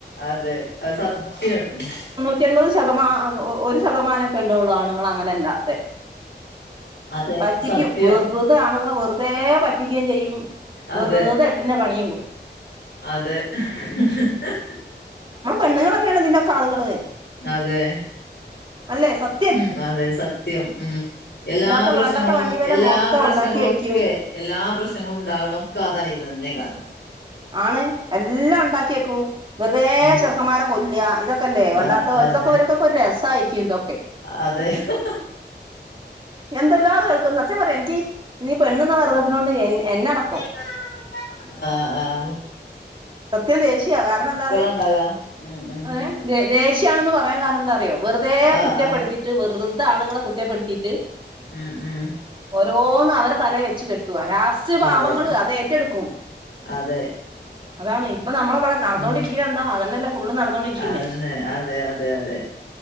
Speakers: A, on the left; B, on the right.
A: അതെ അത് സത്യാണ്
B: നൂറ്റി എൻപത് ശതമാ ഒ ഒരു ശതമാനൊക്കെണ്ടവോള്ളു ആണുങ്ങൾ അങ്ങനെ അല്ലാത്ത
A: അതെ
B: പറ്റിക്കും
A: സത്യം
B: വെറുതെ അ ങ്ങളെ വെറുതേ പറ്റിക്കെം ചെയ്യും
A: അതെ
B: വെറുതെ എട്ടിന്റെ പണിയും കൊടുക്കും
A: അതെ ഹെ ഹെ
B: പെണ്ണ്ങ്ങളെന്നെയാണ് ഇതിൻ്റൊക്കളുകള്
A: അതെ
B: അല്ലെ സത
A: ഉം അതെ സത്യം ഉം എല്ലാ
B: ഇല്ലാത്ത
A: പ്രശ്നങ്ങളും
B: വേണ്ടാത്ത വണ്ടി വില
A: എല്ലാ
B: മൊത്തം
A: പ്രശ്നങ്ങളൊക്കെ
B: ഉണ്ടാക്കി വെക്കും
A: എല്ലാ പ്രശ്നങ്ങളുണ്ടവ്‌നൊക്കെ അ തലേന്നെന്നായിക്കാരം
B: ആണ് എല്ലാ ഉണ്ടാക്യകും വെറുത
A: ഉം
B: ചെറുക്കമാര കൊല്യ ഇതൊക്കെല്ലേ വണ്ടത്ത
A: ആ അതന്നെ
B: ഒരുതൊക്കെ വരക്കൊക്കെ ഒരു രസായിരിക്യു തൊക്കേ
A: അതെ ഹി
B: എന്തെല്ലാ കേൾക്കുന്ന സത്യം പറയാം എനിക്ക് നീ പെണ്ണുന്ന പറയുന്നതിനോട് എന്നെടകം
A: <unintelligible> ആ ആ
B: സത്യം ദേഷ്യം കാരണാന്തറിയോ?
A: ഉണ്ടാകാ ഉം ഉം
B: ഏ ദേ ദേഷ്യാണെന്ന് പറയാകാരണ എന്താ അറിയോ വെറുതെ
A: ആഹ്
B: കുറ്റപ്പെടുത്തി
A: ആഹ്
B: റ്റ് വെറുതെ ആളുകളെ കുറ്റപ്പെടുത്തിയിട്ട്
A: ഉം ഉം
B: ഓരോന്ന് അവരെ തല വെച്ച് കെട്ടു ലാസ്റ്റ് പാവങ്ങള്
A: അതെ
B: അത് ഏറ്റെടുക്കും
A: അതെ
B: അതാണ് ഇപ്പൊ നമ്മള ഇവിടെ നടന്നോണ്ടിരികിണെ
A: ഉം
B: എന്താ അതന്നെല്ലേ ഫുള്ളു നടന്നോണ്ടിരിക്കിനെ
A: അതന്നെ അതെ അതെ അതെ